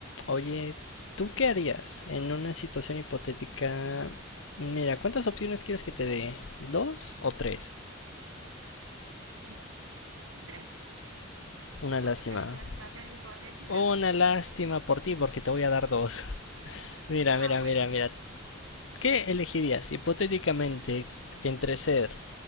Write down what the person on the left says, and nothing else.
Oye, ¿tú qué harías en una situación hipotética? Mira, ¿cuántas opciones quieres que te dé? ¿Dos o tres?
Una
lástima.
Una
lástima
por ti porque te voy a dar dos. <laughs> Mira,
mira,
mira, mira. ¿Qué elegirías hipotéticamente entre ser